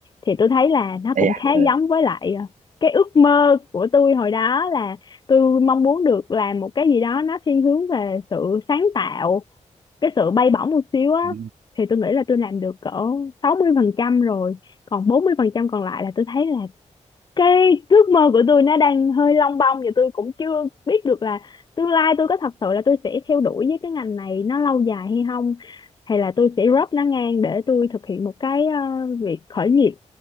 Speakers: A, on the left (about 35°); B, on the right (about 85°).
A: thì tôi thấy là nó
B: Ây
A: cũng
B: à
A: khá
B: ừ.
A: giống với lại à, cái ước mơ của tôi hồi đó là tôi mong muốn được làm một cái gì đó nó thiên hướng về sự sáng tạo cái sự bay bổng một xíu á
B: Ừ.
A: thì tôi nghĩ là tôi làm được cỡ 60% rồi còn 40% còn lại là tôi thấy là cái ước mơ của tôi nó đang hơi lông bông và tôi cũng chưa biết được là tương lai tôi có thật sự là tôi sẽ theo đuổi với cái ngành này nó lâu dài hay không hay là tôi sẽ drop nó ngang để tôi thực hiện một cái ờ, việc khởi nghiệp